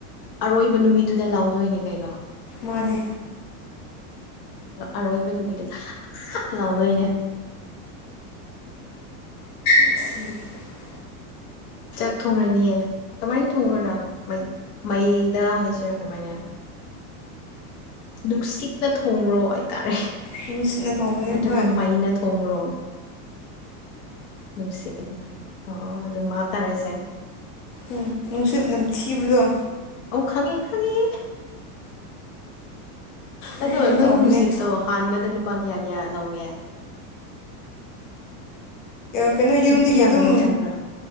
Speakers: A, on the left; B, on the left.
A: ꯑꯔꯣꯏꯕ ꯅꯨꯃꯤꯠꯇꯨꯗ ꯂꯥꯎꯗꯣꯏꯅꯤ ꯀꯩꯅꯣ
B: ꯃꯅꯦ
A: ꯑꯔꯣꯏꯕ ꯅꯨꯃꯤꯠꯇꯨꯗ ꯑꯥ ꯑꯥ ꯂꯥꯎꯗꯣꯏꯅꯦ <inaudible>
B: <inaudible>
A: ꯆꯥꯛ ꯊꯣꯡꯉꯅꯤꯌꯦ ꯀꯃꯥꯏꯅ ꯊꯣꯡꯕ꯭ꯔꯣ ꯅꯪ ꯃꯩ ꯃꯩꯗ ꯍꯥꯏꯁꯤꯔꯥ ꯀꯃꯥꯏꯅ ꯅꯨꯡꯁꯤꯠꯅ ꯊꯣꯡꯕ꯭ꯔꯣ ꯍꯥꯏꯇꯥꯔꯦ
B: ꯅꯨꯡꯁꯤꯠꯅ ꯊꯣꯡꯕꯅꯦ
A: ꯅꯠꯇ꯭ꯔꯒ
B: ꯍꯣꯏ
A: ꯃꯩꯅ ꯊꯣꯡꯕ꯭ꯔꯣ ꯅꯨꯡꯁꯤꯠꯅ ꯑꯣ ꯑꯗꯨꯝ ꯕꯞ ꯇꯔꯦꯁꯦ
B: ꯎꯝ ꯅꯨꯡꯁꯤꯠ ꯅꯝꯊꯤꯕꯗꯣ
A: ꯑꯧ ꯈꯪꯉꯦ ꯈꯪꯉꯦ
B: ꯑꯗꯨꯅ
A: ꯑꯗꯣ ꯅꯣꯏ
B: ꯇꯧꯕꯅꯦ
A: ꯅꯨꯡꯁꯤꯠꯇꯣ ꯍꯥꯟꯕꯗ ꯂꯨꯄꯥ ꯀꯌꯥ ꯀꯌꯥ ꯂꯧꯒꯦ
B: ꯀꯩꯅꯣ
A: ꯂꯤꯁꯤꯡ
B: ꯌꯨꯝꯗꯒꯤ
A: ꯀꯌꯥꯒꯨꯝꯕ
B: ꯑꯗꯨꯝ
A: ꯆꯪꯕ꯭ꯔꯥ